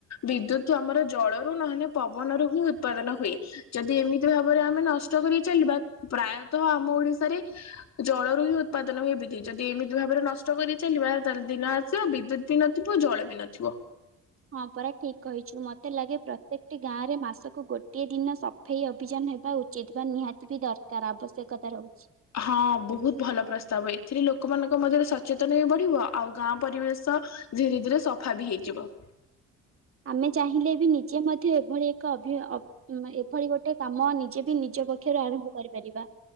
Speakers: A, on the left; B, on the right.
A: ବିଦ୍ୟୁତ୍ ଆମର ଜଳରୁ ନହନେ ପବନରୁ ହିଁ ଉତ୍ପାଦନ ହୁଏ। ଯଦି ଏମିତି ଭାବରେ ଆମେ ନଷ୍ଟ କରି ଚାଲିବା ପ୍ରାୟତଃ ଆମ ଓଡିଶାରେ ଜଳରୁ ହିଁ ଉତ୍ପାଦନ ହୁଏ ବିଦ୍ୟୁତ୍ ଯଦି ଏମି ତି ଭାବରେ ନଷ୍ଟ କରି ଚାଲିବା ତାହାଲେ ଦିନ ଆସିବ ବିଦ୍ୟୁତ୍ ବି ନଥିବ ଜଳ ବି ନଥିବ।
B: ହଁ ପରା ଠିକ୍ କହିଚୁ ମତେ ଲାଗେ ପ୍ରତ୍ୟେକଟି ଗାଁରେ ମାସକୁ ଗୋଟିଏ ଦିନ ସ ଫେଇ ଅଭିଯାନ ହେବା ଉଚିତ୍ ବା ନିହାତି ବି ଦରକାର ଆବଶ୍ୟକତା ରହୁଚି।
A: ହଁ ବହୁତ ଭଲ ପ୍ରସ୍ତାବ ଏଥିରେ ଲୋକମାନଙ୍କ ମଧ୍ୟରେ ସଚେତନ ବି ବଢ଼ିବ ଆଉ ଗାଁ ପରିବେଶ ଧୀରେ ଧୀରେ ସଫା ବି ହେଇଯିବ।
B: ଆମେ ଚାହିଁଲେ ବି ନିଜେ ମଧ୍ୟ ଏଭଳି ଏକ ଅଭି ଅ ଅକ୍ ଉଁ ମା ଏଭଳି ଗୋଟେ କାମ ନିଜେ ବି ନିଜ ପକ୍ଷରୁ ଆରମ୍ଭ କରିପାରିବା।